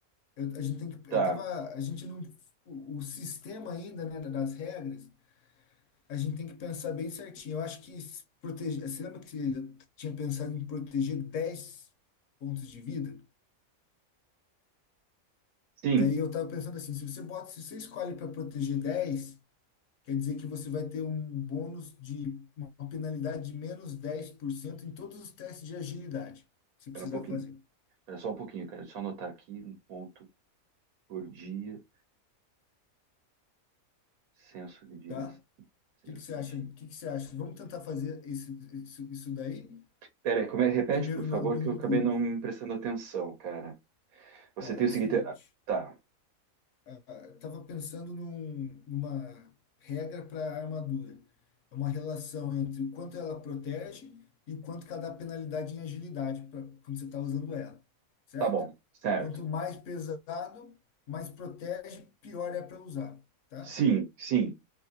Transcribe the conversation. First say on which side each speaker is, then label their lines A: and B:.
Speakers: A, on the left; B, on the right.
A: Eu, a gente tem que.
B: tá.
A: Eu tava. A gente não. O, o sistema ainda, né? Das regras. A gente tem que pensar bem certinho. Eu acho que se proteger. Você lembra que eu tinha pensado em proteger 10 pontos de vida?
B: Sim,
A: Daí eu tava pensando assim, se você bota, se você escolhe para proteger 10 quer dizer que você vai ter um bônus de uma penalidade de menos 10% em todos os testes de agilidade que você
B: espera
A: precisar
B: um pouquinho.
A: fazer,
B: Espera só um pouquinho, cara. Deixa eu só anotar aqui um ponto por dia, senso de direção.
A: tá? O
B: Senso
A: que que você acha?
B: de.
A: O que que você acha? Vamos tentar fazer esse, isso, isso daí
B: Pera aí, como é? repete,
A: primeiro
B: por favor,
A: na- no
B: que
A: um
B: eu acabei
A: por um?
B: não me prestando atenção, cara. Você
A: Ó,
B: tem
A: é
B: o
A: o
B: seguinte.
A: seguinte.
B: ah, Tá,
A: estava pensando num- numa regra para armadura. É uma relação entre o quanto ela protege e o quanto que ela dá penalidade em agilidade pra, quando você está usando ela, certo?
B: tá bom, certo.
A: Quanto mais pesado, mais protege, pior é para usar, tá?
B: Sim, sim,